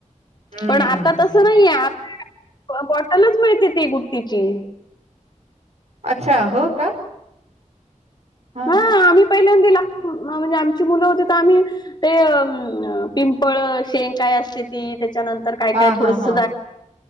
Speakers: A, on the right; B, on the left.
A: हं.
B: पण आता तसं नाहीये आता बॉटलच मिळते ती गुट्टीची
A: अच्छा हो का हां.
B: हा आम्ही पहिल्यांद दिला म्हणजे आमची मुलं होती तर आम्ही ते पिंपळ शेंग काय असते ती त्याच्या नंतर काय
A: हां,
B: काय थोडंस
A: हां, हां.